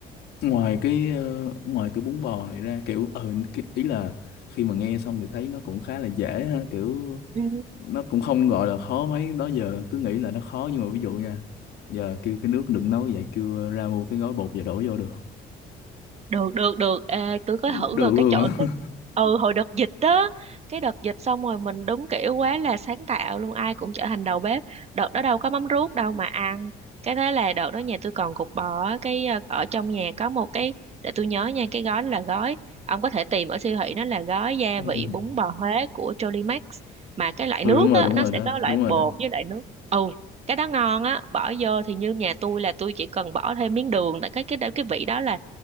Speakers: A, on the left; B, on the right.
A: ngoài cái ờ, ngoài cái bún bò này ra kiểu ừ cái, ý là khi mà nghe xong thì thấy nó cũng khá là dễ ha, kiểu
B: ừ.
A: nó cũng không gọi là khó mấy đó giờ cứ nghĩ là nó khó nhưng mà ví dụ nha giờ kêu cái nước được nấu vậy kêu ờ, ra mua cái gói bột và đổ vô được không
B: được được được Ê, tôi có
A: được
B: thử rồi
A: luôn
B: cái chỗ
A: á
B: cái ừ hồi đợt dịch á cái đợt dịch xong rồi mình đúng kiểu quá là sáng tạo luôn ai cũng trở thành đầu bếp đợt đó đâu có mắm ruốc đâu mà ăn cái thế là đợt đó nhà tôi còn cục bò á, cái ờ, ở trong nhà có một cái để tôi nhớ nha cái gói đó là gói ông có thể tìm ở siêu thị nó là gói gia
A: <laughs> ừ.
B: vị bún bò Huế của Jolimax mà cái loại
A: ừ
B: nước
A: đúng rồi
B: á
A: đúng
B: nó
A: rồi
B: sẽ
A: đó
B: có loại
A: đúng rồi
B: bột
A: đó
B: với loại nước ừ cái đó ngon á bỏ vô thì như nhà tôi là tôi chỉ cần bỏ thêm miếng đường tại cái cái cái vị đó là